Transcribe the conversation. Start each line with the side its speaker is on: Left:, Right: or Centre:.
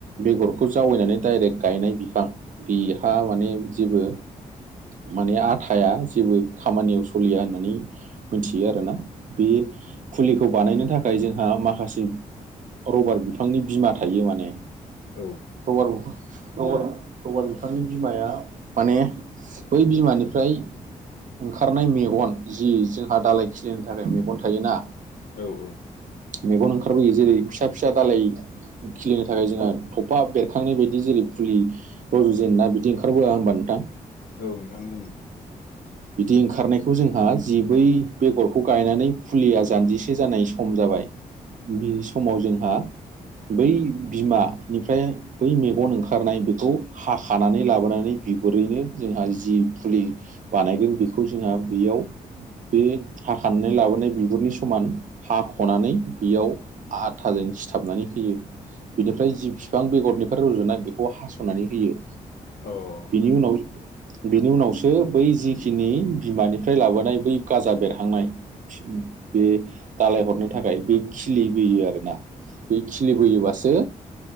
Right: बेगरखौ जावैनानै डाइरेक्ट गायनाय बिफां बेहा माने जेबो माने आथाया जेबो खामानियाव सलिया होननानै मिथियो आरोना बे खौ बानायनो थाखाय जोंहा माखासे रबार बिफांनि बिमा थायो माने
Left: औ
Right: रबार बिफ रबार रबार बिफांनि बिमाया माने बै बिमानिफ्राय ओंखारनाय मेगन जि जोंहा दालाय खिलिनो थाखाय मेगन थायोना
Left: औ औ
Right: मेगन ओंखारबोयो जेरै फिसा फिसा दालाय खिलिनो थाखाय जोंहा थफा बेरखांनाय बायदि जेरै फुलि रज' जेनो ना बिदि ओंखारबोआ होमबा नोंथां
Left: औ नोंथां बुङो
Right: बिदि ओंखारनायखौ जोंहा जि बै बेगरखौ गायनानै फुलिया जान्जिसे जानाय सम जाबाय बे समाव जोंहा बै बिमानिफ्राय बै मेगन ओंखारनाय बेखौ हाखानानै लाबोनानै बिगुरैनो जोंहा जि फुलि बानायगोन बेखौ जोंहा बेयाव बे हाखानानै लाबोनाय बिगुरनि समान हाख'नानै बेयाव आथाजों सिथाबनानै होयो। बिनिफ्राय जि बिफां बेगरनिफ्राय रुजुनाय बेखौ हास'नानै होयो।
Left: अह।
Right: बिनि उनाव बिनि उनावसो बै जिखिनि बिमानिफ्राय लाबोनाय बै गाजा बेरहांनाय फि बे दालाय हरनो थाखाय बे खिलि बोयो आरोना बे खिलि बोयोबासो